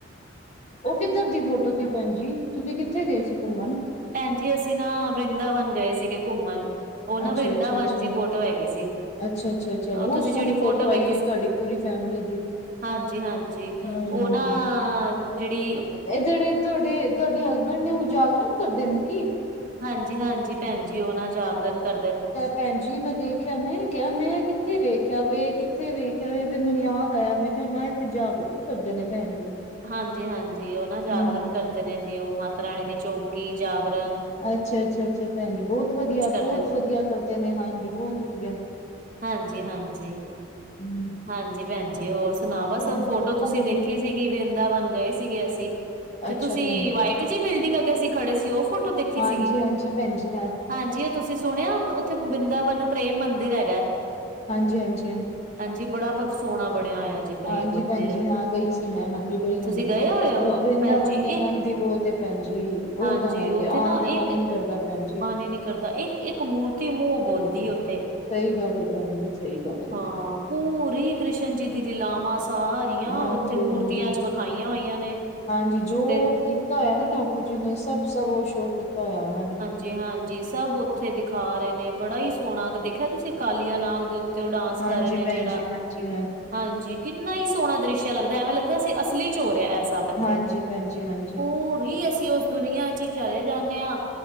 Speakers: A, on the left; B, on the right.
A: ਓਹ ਕਿੱਧਰ ਦੀ ਫੋਟੋ ਸੀ ਭੈਨ ਜੀ ਤੁਸੀਂ ਕਿੱਥੇ ਗਏ ਸੀ ਘੁੰਮਨ?
B: ਭੈਨ ਜੀ ਅਸੀਂ ਨਾ ਵਰਿੰਦਾਵਨ ਗਏ ਸੀਗੇ ਘੁੰਮਨ। ਓਹ ਨਾ
A: ਅੱਛਾ
B: ਵਰਿੰਦਾਵਨ
A: ਅੱਛਾ ਅੱਛਾ
B: ਦੀ ਫੋਟੋ ਹੈਗੀ ਸੀ
A: ਅੱਛਾ ਅੱਛਾ ਅੱਛਾ
B: ਓਹ
A: ਬਹੁਤ
B: ਤੁਸੀਂ
A: ਸੋਹਣੀ
B: ਜੇੜੀ ਫੋਟੋ ਵੇਖੀ
A: ਆਈ ਹੋਈ
B: ਸ
A: ਤੁਹਾਡੀ ਪੂਰੀ ਫੈਮਲੀ ਦੀ।
B: ਹਾਂਜੀ ਹਾਂਜੀ
A: ਹੂੰ
B: ਓ ਨਾ
A: ਹੂੰ
B: ਜੇੜੀ
A: ਇਹ ਜੇੜੇ ਤੁਹਾਡੇ-ਤੁਹਾਡੇ ਹਸਬੈਂਡ ਨੇ ਓਹ ਜਾਗਰਣ ਕਰਦੇ ਨੇ ਕੀ?
B: ਹਾਂਜੀ-ਹਾਂਜੀ ਭੈਨ ਜੀ ਓਹ ਨਾ ਜਾਗਰਨ ਕਰਦੇ ਨ
A: ਭੈਨ ਜੀ ਮੈਂ ਦੇਖਿਆ ਮੈਂ ਕਿਆ ਮੈਂ ਕਿੱਥੇ ਵੇਖਿਆ ਵੇ ਕਿੱਥੇ ਵੇਖਿਆ ਵੇ ਫੇਰ ਮੈਨ ਯਾਦ ਆਇਆ ਮੈਂ ਕਿਆ ਮੈਂ ਜਾਗਰਨ ਕਰਦੇ ਨੇ ਭੈਨ ਜੀ।
B: ਹਾਂਜੀ-ਹਾਂਜੀ ਓਹ ਨਾ ਜਾਗਰਨ
A: ਹੂੰ
B: ਕਰਦੇ ਨੇ ਜੀ ਓਹ ਮਾਤਾ ਰਾਣੀ ਦੀ ਚੌਂਕੀ ਜਾਗਰਨ
A: ਅੱਛਾ-ਅੱਛਾ-ਅੱਛਾ ਭੈਨ ਜੀ ਬੋਤ ਵਧੀਆ
B: ਕਰਦੇ
A: ਬੋਤ ਵਧੀਆ ਕਰਦੇ ਨੇ ਹਾਂਜੀ ਬੋਤ ਵਧੀਆ।
B: ਹਾਂਜੀ-ਹਾਂਜੀ।
A: ਹੂੰ
B: ਹਾਂਜੀ ਭੈਨ ਜੀ ਹੋਰ ਸੁਨਾੳ ਬਸ
A: ਹਾਂਜੀ
B: ਓਹ ਫੋਟੋ
A: ਸਭ
B: ਤੁਸੀਂ
A: ਵਧੀਆ
B: ਦੇਖੀ ਸੀਗੀ ਵਰਿੰਦਾਵਨ ਗਏ ਸੀਗੇ ਅਸੀਂ। ਤੇ
A: ਅੱਛਾ
B: ਤੁਸੀਂ
A: ਭੈਣ
B: ਵਾਈਟ ਜੀ ਬਿਲਡਿੰਗ ਅੱਗੇ ਸੀਂ ਖੜੇ ਸੀ ਓ ਫੋ ਟੋ ਦੇਖੀ
A: ਹਾਂਜੀ
B: ਸੀਗੀ
A: ਹਾਂਜੀ ਭੈਣ ਜੀ
B: ਹਾਂਜੀ ਓ ਤੁਸੀਂ ਸੁਣਿਆ ਉੱਥੇ ਬਿੰਦਾਵਨ ਪ੍ਰੇਮ ਮੰਦਿਰ ਹੈਗਾ।
A: ਹਾਂਜੀ-ਹਾਂਜੀ-ਹਾਂਜੀ।
B: ਹਾਂਜੀ ਬੜਾ ਵ ਸੋਣਾ ਬਣਿਆ ਹੋਇਆ ਜੇ। ਪ੍ਰੇਮ
A: ਹਾਂਜੀ
B: ਮੰਦਿਰ
A: ਭੈਨ ਜੀ ਹਾਂ ਗਈ ਸੀ ਮੈਂ ਹਾਂਜੀ। ਗਈ
B: ਤੁਸੀਂ
A: ਹੋਈ
B: ਗਏ
A: ਆਂ
B: ਹੋਏ ਹੋ
A: ਓਹ ਵਰਿੰਦਾਵਨ
B: ਭੈਣ ਜੀ
A: ਤੇ ਆਨੰਦ
B: ਇੱਕ
A: ਈ ਬੋਤ ਏ ਭੈਨ ਜੀ ਬੋਤ
B: ਹਾਂਜੀ
A: ਆਨੰਦ
B: ਉੱਥੇ
A: ਐ
B: ਨਾ
A: ਆਨ ਤੇ
B: ਇੱਕ
A: ਮਨ ਨੀ ਕਰਦਾ। ਭੈਣ ਜੀ।
B: ਮਨ ਈ ਨੀ ਕਰਦਾ ਇੱਕ-ਇੱਕ ਮੂਰਤੀ ਮੂੰਓ ਬੋਲਦੀ ਓਥੇ।
A: ਸਈ ਗੱਲ ਐ ਭੈਨ ਜੀ। ਸਹੀ ਗੱਲ
B: ਹਾਂ
A: ਹੈ
B: ਪੂਰੀ ਕ੍ਰਿਸ਼ਨ ਜੀ ਦੀ ਲੀਲਾਵਾਂ ਸਾ ਰੀਆਂ
A: ਹਾਂਜੀ
B: ਉੱਥੇ ਮੂਰਤੀਆਂ
A: ਹਾਂਜੀ
B: ਚ ਵਖਾਈਆਂ ਹੋਈਆਂ ਨੇ
A: ਹਾਂਜੀ ਜੋ
B: ਤੇ
A: ਕੀਤਾ ਹੋਇਆ ਨਾ ਠਾਕੁਰ ਜੀ ਨੇ ਸਭ-ਸਭ ਓ ਸ਼ੋਅ ਕੀਤਾ ਹੋਇਆ ਓਨਾਂ ਨੇ।
B: ਜੀ ਹਾਂਜੀ ਸਭ ਉੱਥੇ ਦਿਖਾ ਰੇ ਨੇ ਬੜਾ ਈ ਸੋਣਾ ਦੇਖਿਆ ਤੁਸੀਂ ਕਾਲੀਆ ਨਾਗ ਦੇ ੳਤ ਤੇ ਓਹ ਡਾਂਸ
A: ਹਾਂਜੀ
B: ਕਰ ਰੇ ਨੇ
A: ਭੈਣ
B: ਜੇੜਾ
A: ਜੀ ਹਾਂਜੀ
B: ਹਾਂਜੀ। ਕਿੰਨਾ ਈ ਸੋਣਾ ਦ੍ਰਿਸ਼ ਐ ਲੱਗਦਾ ਐਵੇਂ ਲੱਗਦਾ ਅਸੀ ਅਸਲੀ ਚ ਹੋ ਰਿਹਾ ਇਹ ਸਭ। ਅਥੇ
A: ਹਾਂਜੀ ਭੈਣ ਜੀ ਹਾਂਜੀ
B: ਪੂਰੀ ਅਸੀਂ ਉਸ ਦੁਨੀਆਂ ਚ ਈ ਚਲੇ ਜਾਂਨੇ ਆ।